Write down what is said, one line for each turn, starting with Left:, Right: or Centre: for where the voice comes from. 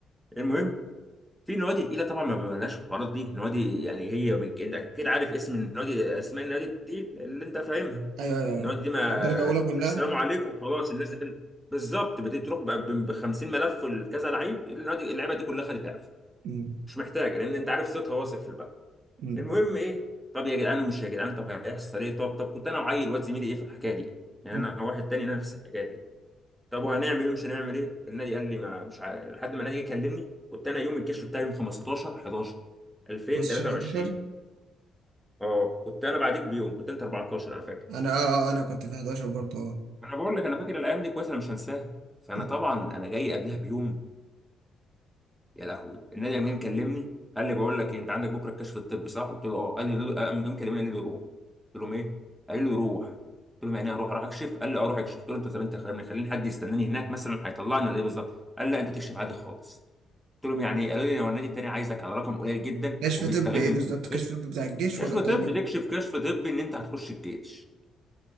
Centre: المهم في نوادي تقيله طبعا ما ببلاش الحوارات دي نوادي يعني هي بك... انت اكيد عارف اسم النوادي اسماء النوادي دي اللي انت فاهمها
Right: ايوه ايوه ايوه
Centre: النوادي دي ما
Right: الدرجه الاولى
Centre: تقول
Right: كلها
Centre: السلام عليكم خلاص الناس دخلت بالظبط بتبتدي تروح بقى ب 50 ملف لكذا لعيب النادي اللعيبه دي كلها خدت اعفاء
Right: مم.
Centre: مش محتاجه لان انت عارف صوتها واصل في البلد
Right: مم.
Centre: المهم ايه طب يا جدعان ومش يا جدعان طب هيحصل ايه طب طب كنت انا وعيل واد زميلي ايه في الحكايه دي يعني
Right: مم.
Centre: انا واحد تاني نفس الحكايه دي طب وهنعمل ايه مش هنعمل ايه النادي قال لي ما مش عارف لحد ما النادي جه كلمني كنت انا يوم الكشف بتاعي يوم 15 11 2023
Right: بس 11
Centre: اه كنت انا بعديك بيوم كنت انت 14 انا فاكر
Right: انا اه آه، انا كنت في 11 برضه اه
Centre: انا بقول لك انا فاكر الايام دي كويس انا مش هنساها فانا
Right: مم.
Centre: طبعا انا جاي قبلها بيوم يا لهوي النادي قام جاي مكلمني قال لي بقول لك إيه، انت عندك بكره الكشف الطبي صح قلت له اه قال لي ليه- قام جاي مكلمني قال لي روح قلت لهم ايه قال لي روح قلت لهم يعني ايه اروح اروح اكشف قال لي اه روح اكشف قلت له انت طب انت خليني خليني حد يستناني هناك مثلا هيطلعني ولا ايه بالظبط قال لا انت تكشف عادي خالص قلت لهم يعني ايه قالوا لي هو النادي التاني عايزك على رقم قليل جدا
Right: كشف
Centre: وبيستغلوا
Right: طب ايه بالظبط
Centre: <laughs> مش بيستغلوا
Right: كشف طب بتاع الجيش
Centre: كشف
Right: ولا بتاع
Centre: طبي
Right: النادي
Centre: تكشف كشف طبي ان انت هتخش الجيش